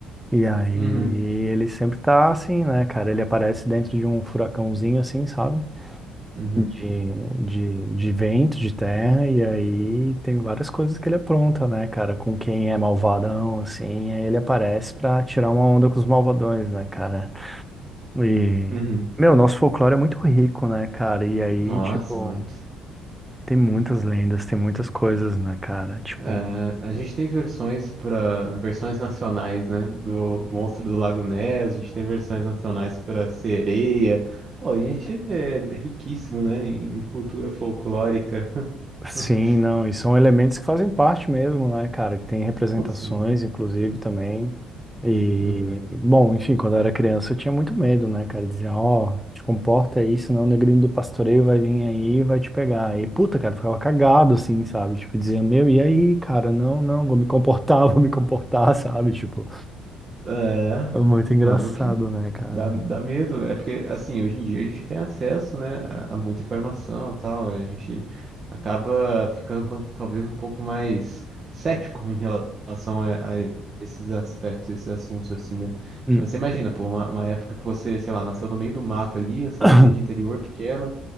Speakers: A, in the centre; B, on the right.
A: E aí
B: uhum,
A: ele sempre tá assim, né, cara, ele aparece dentro de um furacãozinho, assim, sabe?
B: uhum,
A: de, de, de vento, de terra, e aí tem várias coisas que ele apronta, né, cara? Com quem é malvadão, assim, aí ele aparece pra tirar uma onda com os malvadões, né, cara? E,
B: uhum.
A: meu, nosso folclore é muito rico, né, cara? E aí,
B: Nossa,
A: tipo,
B: muito.
A: tem muitas lendas, tem muitas coisas, né, cara? Tipo.
B: É, a gente tem versões para versões nacionais, né? Do Monstro do Lago Ness, a gente tem versões nacionais para sereia. Pô, a gente é riquíssimo, né? Em cultura folclórica.
A: Sim,
B: <laughs>
A: não, e são elementos que fazem parte mesmo, né, cara, que tem representações,
B: Sim.
A: inclusive, também. E,
B: Uhum.
A: bom, enfim, quando eu era criança eu tinha muito medo, né, cara, dizia, ó, te comporta aí, senão o negrinho do pastoreio vai vir aí e vai te pegar. E, puta, cara, eu ficava cagado, assim, sabe, tipo, dizia, meu, e aí, cara, não, não, vou me comportar, <laughs> vou me comportar, sabe, tipo,
B: É,
A: é muito engraçado,
B: mano, que
A: né, cara.
B: dá, dá medo. É porque, assim, hoje em dia a gente tem acesso, né, a, a muita informação e tal. A gente acaba ficando talvez um pouco mais cético em relação a, a esses aspectos, esses assuntos, assim, né?
A: Hum.
B: Mas você imagina, pô, uma, uma época que você, sei lá, nasceu no meio do mato ali, uma cidadezinha
A: <coughs>
B: de interior pequena,